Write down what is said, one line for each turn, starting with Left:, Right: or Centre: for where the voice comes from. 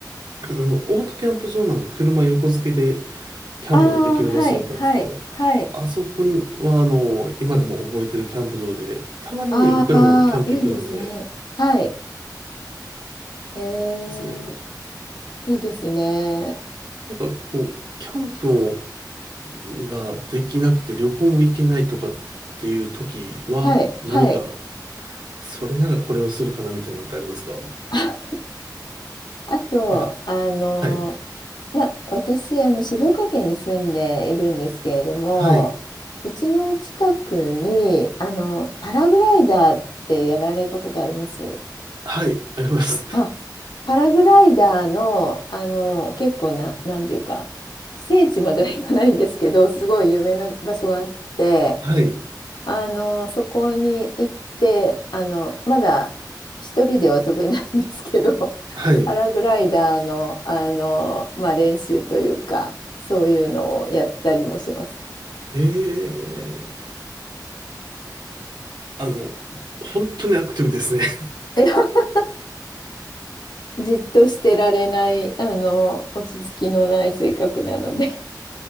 Right: あの、オートキャンプ場なんで車横付けでキャンプのできる場所だったんですけど、
Left: ああ、はい。はい。はい。
Right: あそこにはあの、今でも覚えてるキャンプ場で、たまにね、
Left: あ
Right: 僕らもあのキャンプ行くので
Left: あ、いいですね。はい。えー、
Right: ですね、
Left: いいですね。
Right: なんかこう、キャンプをができなくて旅行も行けないとかっていう時は、
Left: はい、
Right: 何か
Left: はい。
Right: それならこれをするかなみたいなのってありますか
Left: <laughs> あ、あと、
Right: なんか、
Left: あの、
Right: はい。
Left: ま私、あの、静岡県に住んでいるんですけれども、
Right: はい。
Left: うちの近くに、あの、パラグライダーってやられたことあります
Right: はい。あります。<laughs>
Left: あ、パラグライダーの、あの、結構な、なんていうか、聖地までは行かないんですけど、すごい有名な場所があって、
Right: はい。
Left: あの、そこに行って、あの、まだ一人では飛べないんですけど、<laughs>
Right: はい。
Left: パラグライダーの、あの、まあ、練習というか、そういうのをやったりもします。
Right: ええあの、本当にアクティブですね。<laughs>
Left: <laughs> じっとしてられない、あの、落ち着きのない性格なので。